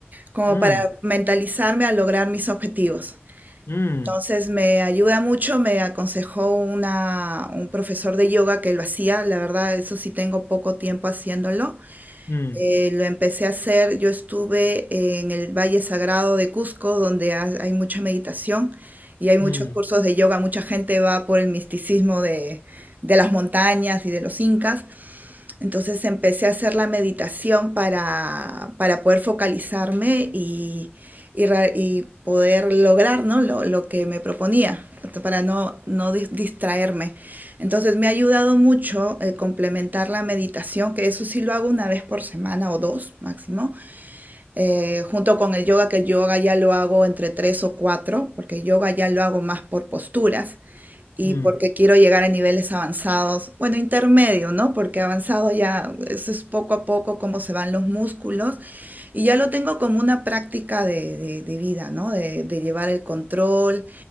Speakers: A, on the right; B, on the left.
A: como
B: Mm,
A: para mentalizarme a lograr mis objetivos.
B: mm,
A: Entonces me ayuda mucho, me aconsejó una, un profesor de yoga que lo hacía, la verdad, eso sí tengo poco tiempo haciéndolo.
B: mm,
A: Eh, lo empecé a hacer, yo estuve en el Valle Sagrado de Cusco, donde ha- hay mucha meditación y hay muchos
B: mm,
A: cursos de yoga, mucha gente va por el misticismo de, de las montañas y de los incas. Entonces empecé a hacer la meditación para, para poder focalizarme y, y ra- y poder lograr, ¿no? lo, lo que me proponía, para no, no dis- distraerme. Entonces me ha ayudado mucho el complementar la meditación, que eso sí lo hago una vez por semana o dos máximo, eh, junto con el yoga, que el yoga ya lo hago entre tres o cuatro, porque el yoga ya lo hago más por posturas y
B: mm.
A: porque quiero llegar a niveles avanzados, bueno, intermedio, ¿no? Porque avanzado ya eso es poco a poco cómo se van los músculos y ya lo tengo como una práctica de, de- de vida, ¿no? De, de llevar el control,